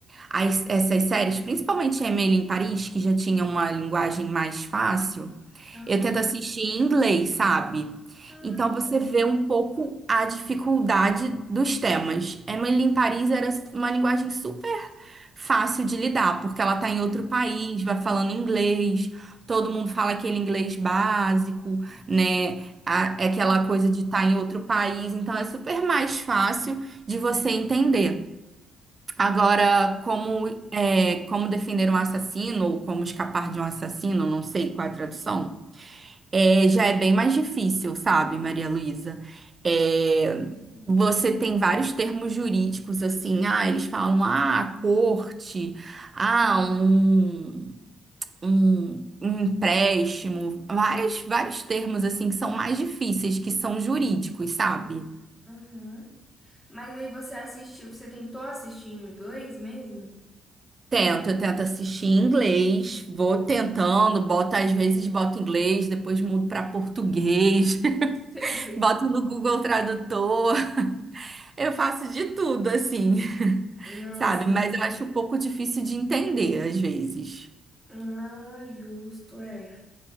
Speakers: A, on the right (about 30°); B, in the centre.
A: as, essas séries, principalmente Emily em Paris, que já tinha uma linguagem mais fácil,
B: Aham.
A: eu tento assistir em inglês, sabe?
B: Ah,
A: Então você
B: que legal.
A: vê um pouco a dificuldade dos temas. Emily em Paris era uma linguagem super fácil de lidar, porque ela tá em
B: Uhum.
A: outro país, vai falando inglês, todo mundo fala aquele inglês básico, né? A- É
B: Que
A: aquela coisa de estar em outro país, então é super mais fácil de você entender. Agora, como,
B: legal.
A: é, como defender um assassino ou como escapar de um assassino, não sei qual é a tradução. É, já é bem mais difícil, sabe, Maria Luísa? É,
B: Uhum.
A: você tem vários termos jurídicos, assim, ah, eles falam, ah, a corte, ah, um, um um empréstimo, vários, vários termos, assim, que são mais difíceis, que são jurídicos, sabe?
B: Sim. Uhum. Mas aí você assistiu, você tentou assistir em inglês mesmo?
A: Tento, eu tento assistir em inglês, vou tentando, boto, às vezes boto inglês, depois mudo para português, <laughs>
B: <laughs>
A: boto no Google Tradutor, eu faço de tudo, assim. <laughs>
B: Não,
A: sabe?
B: sim.
A: Mas eu acho um pouco difícil de entender às vezes.
B: Ah, justo, é.